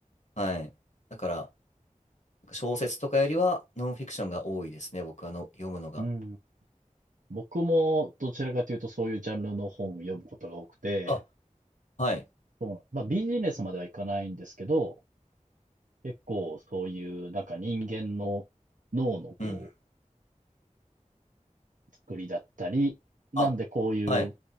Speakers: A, on the left; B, on the right.
A: はいだからなんか小説とかよりはノンフィクションが多いですね僕はの読むのが
B: うん。僕もどちらかというとそういうジャンルの本を読むことが多くて、
A: あはい
B: そうなん、まあビジネスまではいかないんですけど、結構そういうなんか人間の脳のこ
A: うん
B: う作りだったり、なんでこういう
A: あはい